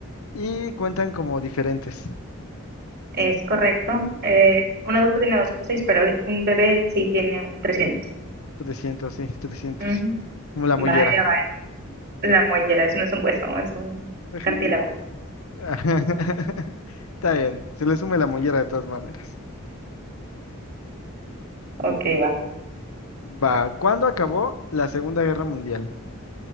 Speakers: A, on the left (about 80°); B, on the right (about 50°).
A: y cuentan como diferentes.
B: Es correcto. Eh, un adulto tiene 206, pero un bebé sí tiene 300.
A: 300, sí, 300.
B: Ujú.
A: Como la
B: Vaya,
A: mollera.
B: vaya. La mollera, eso no es un hueso, es un
A: Ujú.
B: cartílago.
A: <laughs> Está bien, se le sume la mollera de todas maneras.
B: Ok, va.
A: Va, ¿cuándo acabó la Segunda Guerra Mundial?